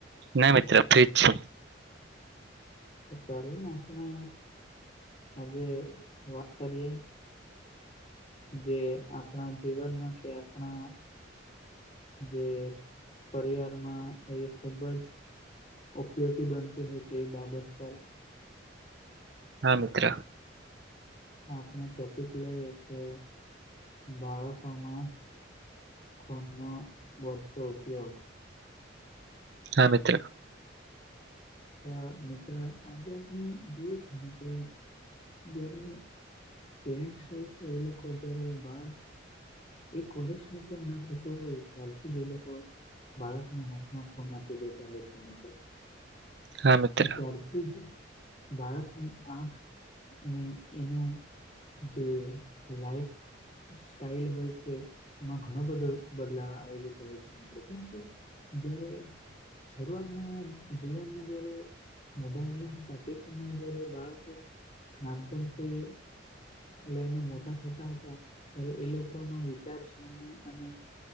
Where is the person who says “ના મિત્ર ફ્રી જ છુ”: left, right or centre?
Right